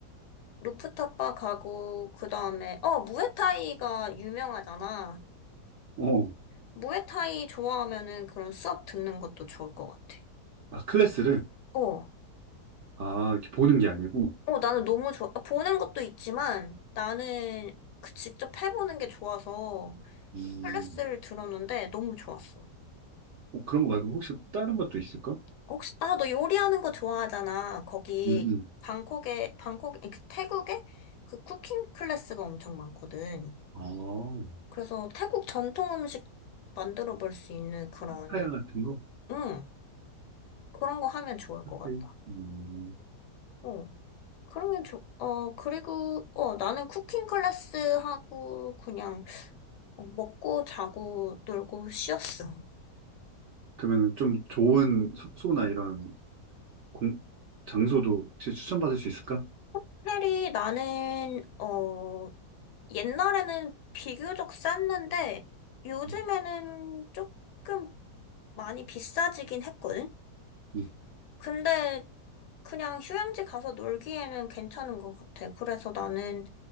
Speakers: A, on the left; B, on the right.
A: 루프탑 바 가고, 그 다음에, 어, 무에타이가 유명하잖아.
B: 어,
A: 무에타이 좋아하면은 그런 수업 듣는 것도 좋을 것 같아.
B: 아, 클래스를?
A: 어,
B: 아, 이렇게 보는 게 아니고,
A: 어, 나는 너무 좋아. 아, 보는 것도 있지만, 나는 그 직접 해보는 게 좋아서
B: 음,
A: 클래스를 들었는데 너무 좋았어.
B: 어, 그런 거 말고 혹시 다른 것도 있을까?
A: 혹시, 아, 너 요리하는 거 좋아하잖아. 거기,
B: 음, 음.
A: 방콕에, 방콕, 아니, 그 태국에 그 쿠킹 클래스가 엄청 많거든.
B: 어,
A: 그래서 태국 전통 음식 만들어 볼 수 있는 그런,
B: 파타야 같은 거?
A: 응, 그런 거 하면 좋을
B: 팟타이?
A: 것 같다.
B: 음.
A: 어, 그러면 좋, 어, 그리고, 어, 나는 쿠킹 클래스 하고, 그냥, 어, 먹고, 자고, 놀고, 쉬었어.
B: 그러면 좀 좋은 숙소나 이런 공, 장소도 혹시 추천받을 수 있을까?
A: <laughs> 특별히 나는, 어, 옛날에는 비교적 쌌는데 요즘에는
B: 음,
A: 조금 많이 비싸지긴 했거든?
B: 음,
A: 근데 그냥 휴양지 가서 놀기에는 괜찮은 것 같아. 그래서 나는,